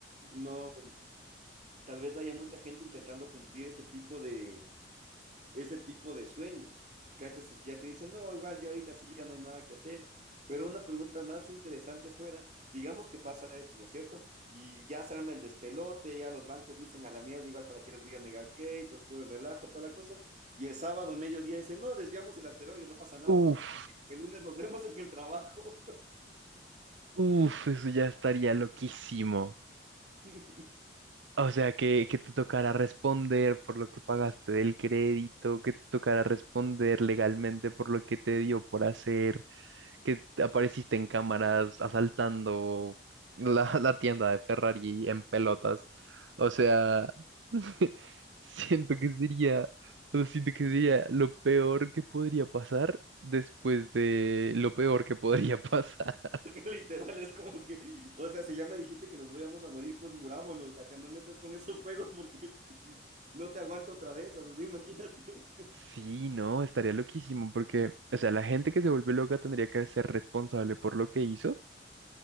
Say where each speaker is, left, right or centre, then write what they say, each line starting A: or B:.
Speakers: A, on the right; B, on the right.
A: no, tal vez haya mucha gente intentando cumplir ese tipo de, ese tipo de sueños. ¿Cachas? Es que ya te dicen, no, igual ya ahorita sí ya no hay nada que hacer. Pero una pregunta más interesante fuera, digamos que pasa esto, ¿no es cierto? Y ya se arma el despelote, ya los bancos dicen a la mierda, igual para qué les voy a negar créditos, todo el relajo, toda la cosa. Y el sábado, mediodía, dicen, no, desviamos el asteroide, no pasa nada.
B: Uf,
A: El lunes nos vemos en el trabajo.
B: uf, eso ya estaría loquísimo.
A: <laughs>
B: O sea, que, que te tocara responder por lo que pagaste del crédito, que te tocara responder legalmente por lo que te dio por hacer, que apareciste en cámaras asaltando la, <laughs> la tienda de Ferrari en pelotas. O sea, <laughs> siento que sería, o sea, siento que sería lo peor que podría pasar después de lo peor que podría <laughs> pasar.
A: Literal, es como que, o sea, si ya me dijiste que nos íbamos a morir, pues murámonos, cachando, no me estés con esos juegos porque <laughs> no te aguanto otra vez, esas, o sea, imagínate.
B: Sí, no, estaría loquísimo porque, o sea, la gente que se vuelve loca tendría que ser responsable por lo que hizo.